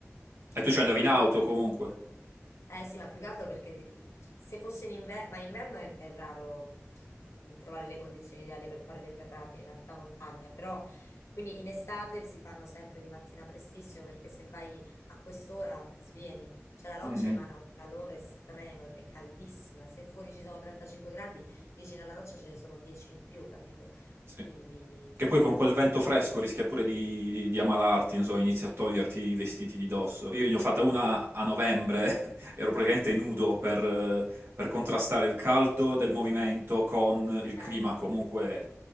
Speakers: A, on the right; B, on the left.
A: E tu ci
B: Sì,
A: andavi
B: sì,
A: in auto
B: sì, guarda.
A: comunque.
B: Eh sì, ma più che altro perché di- se fosse in inverno, ma in inverno è, è raro trovare le condizioni ideali per fare le ferrate in alta montagna, però quindi in estate si fanno sempre di mattina prestissimo perché se vai a quest'ora svieni, cioè la roccia
A: Mm,
B: emana un calore estremo, è caldissima. Se fuori ci sono 35 gradi, vicino alla roccia ce ne sono 10 in più, capito?
A: Sì.
B: Quindi,
A: Che poi con quel vento fresco rischia pure di, di- di ammalarti, non so, inizi a toglierti i vestiti di dosso. Io ne ho fatta una a novembre, <laughs> ero praticamente nudo per, eh, per contrastare il caldo del movimento con il clima
B: eh sì.
A: comunque